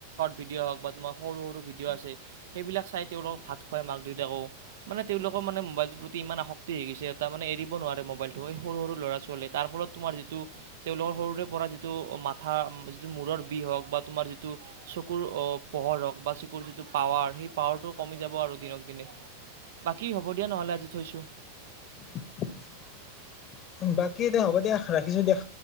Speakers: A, on the right (about 55°); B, on the left (about 30°).
A: ভিডিঅ' হওক বা তোমাৰ সৰু সৰু ভিডিঅ' আছে সেইবিলাক চাই তেওঁলক ভাত খুৱাই মাক দেউতাকো মানে তেওঁলোক। মানে মোবাইলটোৰ প্ৰতি ইমান আসক্তিকিছে এ মান এৰিব নোৱাৰে মোবাইলটো সৰু সৰু ল'ৰা ছোৱালীয়ে তাৰ ফলত তোমাৰ যিটো। তেওঁলোকৰ সৰুৰে পৰা যিটো মাথা যিটো মূৰৰ বিষ হওঁক বা তোমাৰ যিটো। চকুৰ পোহৰ হক বা চিকুৰ যিটো পাৱাৰ সেই পাৱাৰটো কমি যাব আৰু দিনক দিনে। বাকী হ'ব দিয়া নহ'লে আজি থৈছোঁ।
B: <inaudible> বাকী দে হ'ব দিয়া ৰাখিছো দিয়।